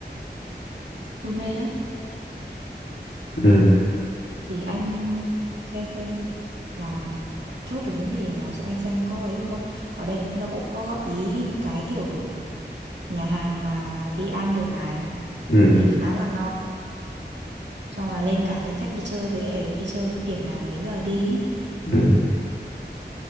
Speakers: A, on the right; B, on the left.
A: Buôn Mê á
B: ừ
A: Thì anh xem xem là chốt được những địa điểm nào Sẽ anh xem có ấy được không? Ở đây nó cũng có gợi ý những cái kiểu nhà hàng mà đi ăn được này
B: ừ
A: Nhìn khá là ngon Xong là lên cả danh sách đi chơi với đi chơi điểm nào mấy giờ đi ý.
B: ừ